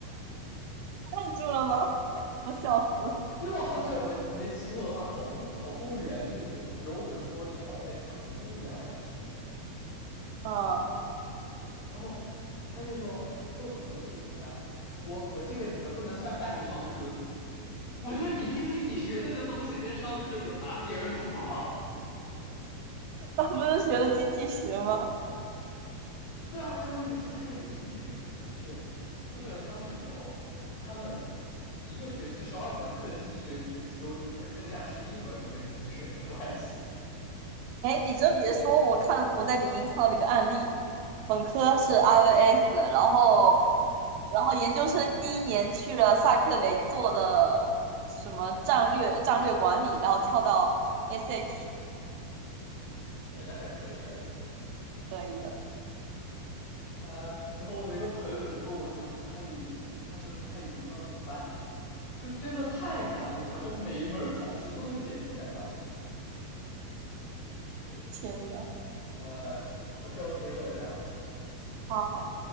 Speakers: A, on the right; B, on the left.
A: 愣住了吗？我笑死。
B: 因为我好像我没记错的话，考公考公务员就是有个标准是说你好像得法国公务员还是什么的。
A: 嗯，
B: 然后他就说啊，那我读这个怎么办？我我这个能不能算半个商科？我说你听听，你学的这东西跟商科有搭边儿的吗？
A: 他不是学了经济学吗？
B: <laughs> 对啊，但问题是，他那个经济学就只是，就是他们有他们一个学期十二门课，经济学只是其中一门剩下十一门都跟经济学没关系。
A: 哎，你真别说，我看我在领英看到这个案例，本科是 i e L T s 然后然后研究生第一年去了萨克雷做的什么战略战略管理，然后跳到 s a c
B: 哎，那还可以啊。
A: 可以的。
B: 呃，然后我的一个朋友就跟我说，说他已经他就是他已经不知道怎么办，就是真的太难了，然后每一门考试都是写第三大胸。
A: 天呐！
B: 呃，OK OK，一会儿聊。
A: 啊，